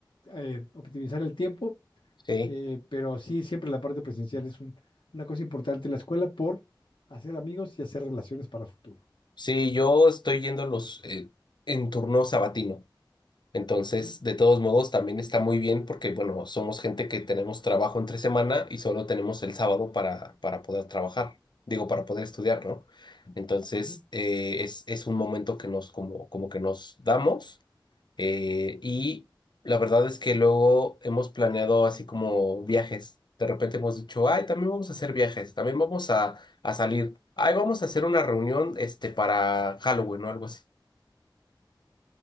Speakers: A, on the left; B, on the left.
A: eh, optimizar el tiempo,
B: sí.
A: eh, pero sí, siempre la parte presencial es un- una cosa importante en la escuela por hacer amigos y hacer relaciones para el futuro.
B: Sí, yo estoy yendo los eh, en turno sabatino. Entonces,
A: Ok.
B: de todos modos, también está muy bien porque, bueno, somos gente que tenemos trabajo entre semana y solo tenemos el sábado para, para poder trabajar, digo, para poder estudiar, ¿no? Entonces,
A: Ujú.
B: eh, es, es un momento que nos, como, como que nos damos eh, y la verdad es que luego hemos planeado así como viajes. De repente hemos dicho, ay, también vamos a hacer viajes, también vamos a, a salir, ay, vamos a hacer una reunión, este, para Halloween o algo así.